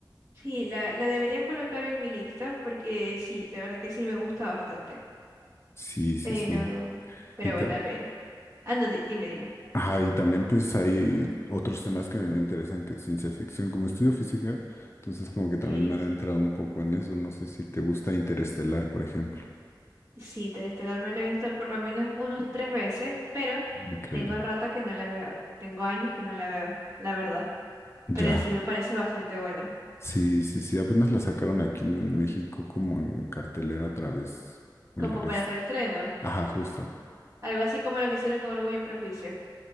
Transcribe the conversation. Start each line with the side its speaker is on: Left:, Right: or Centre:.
Right: Sí, la, la debería colocar en mi lista porque sí, de verdad que sí me gusta bastante.
Left: Sí, sí,
Right: Pero,
Left: sí.
Right: pero
Left: y tam-
Right: bueno, a ver. Ah, no, di- dime, dime.
Left: Ajá, y también pues hay otros temas que me interesan que es ciencia ficción, como estudio física, entonces como
Right: Ok.
Left: que también me he adentrado un poco en eso, no sé si te gusta Interestelar, por ejemplo.
Right: Sí, Interestelar me la he visto por lo menos unos tres veces, pero
Left: Increíble.
Right: tengo rato que no la veo. Tengo años que no la veo, la verdad. Pero
Left: Ya,
Right: sí me parece bastante bueno,
Left: sí, sí, sí, apenas la sacaron aquí en México como en cartelera otra vez, el
Right: Como
Left: resto.
Right: para el reestreno.
Left: Ajá, justo.
Right: Algo así como lo que hicieron con Orgullo y Prejuicio.